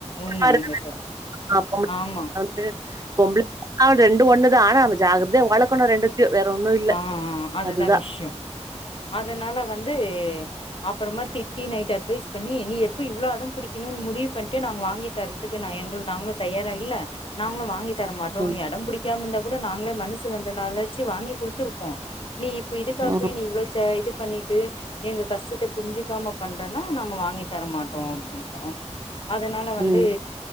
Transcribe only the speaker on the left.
உண்மை
நீங்க சொல்
ஆமா
ஆ ஆ
விஷ்யோ அதனால வந்து அப்பறமா திட்டி நைட் அட்வைஸ் பண்ணி நீ எப்போ இவ்வளோ அடம் புடிக்குனு முடிவு பண்ணிட்டு நா வாங்கி தரதுக்கு நா எங்க நாங்களு தயாரா இல்ல நாங்களு வாங்கி தரமாட்டோ
நீ அடம் பிடிக்காம இருந்தா கூட நாங்களே மனசு வந்துனாலாச்சு வாங்கி கொடுத்துருப்போ நீ இப்ப இதுக்காகவே
நீ இவ்வளவு ச இது பண்ணிட்டு எங்க கஷ்டத்தை புரிஞ்சுக்காம பண்றன்னா நாங்க வாங்கி தரமாட்டோ அப்டின்னோ அதனால வந்து